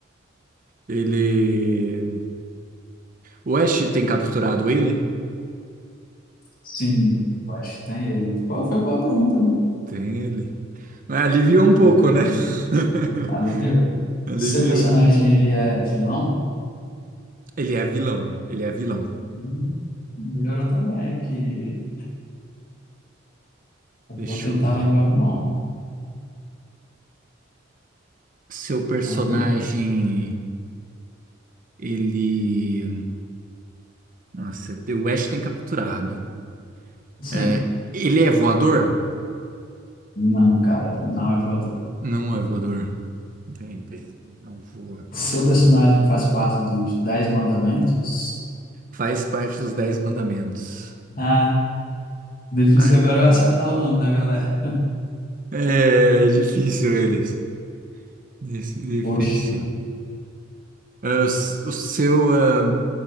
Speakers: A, on the right (about 45°); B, on the left (about 45°).
A: ele. O Ash tem capturado ele?
B: Sim, eu acho que tem ele. Pô, foi boa pergunta, viu?
A: Tem ele. Ah, aliviou um pouco,
B: Tem.
A: né? <laughs>
B: Aliviou.
A: Aliviou.
B: O seu personagem, ele é vilão?
A: Ele é vilão. Ele é vilão.
B: Hum, Melhorou também aqui. Eu
A: Deixa
B: vou tentar
A: eu ver.
B: lembrar o nome.
A: Seu personagem,
B: Ah,
A: ele. Nossa, o West tem capturado.
B: Sim.
A: É, ele é voador?
B: Não, cara, não é voador.
A: Não é voador. Bem, bem, não voa.
B: Seu personagem faz parte dos Dez Mandamentos?
A: Faz parte dos Dez Mandamentos.
B: Ah, difícil
A: Ah,
B: agora eu acertar o nome da galera.
A: É difícil eles. Dif- Difícil.
B: Poxa,
A: É, o s- o seu ah,